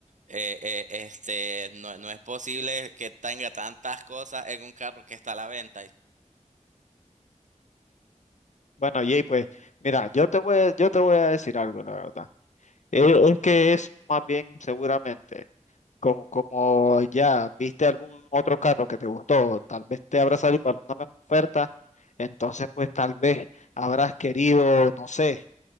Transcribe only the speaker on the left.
bueno, Jay, pues mira, yo te voy, a- yo te voy a decir algo, la verdad. Eh, Es que es más bien seguramente. Como, como ya viste algún otro carro que te gustó, tal vez te habrá salido alguna mejor oferta, entonces pues tal vez habrás querido, no sé,